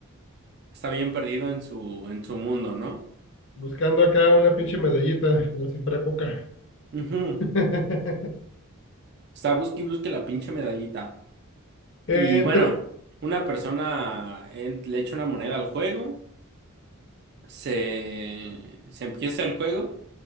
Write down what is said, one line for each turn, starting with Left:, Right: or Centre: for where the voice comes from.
Right: está bien perdido en su, en su mundo, ¿no?
Left: buscando acá una pinche medallita, como si fuera coca.
Right: Ujú.
Left: <laughs>
Right: Está busque y busque la pinche medallita.
Left: Eh,
Right: Y
Left: Entre...
Right: bueno, una persona eh, le echa una moneda al juego, se, se empieza el juego